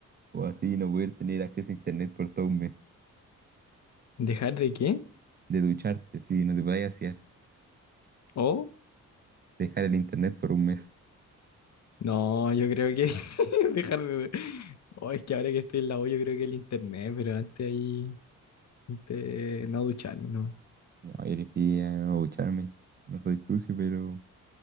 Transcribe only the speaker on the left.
¿dejar de qué?
¿O?
No, yo creo que <laughs> dejar de... Oh, es que ahora que estoy en la U, yo creo que el internet, pero antes ahí... antes no ducharme, no.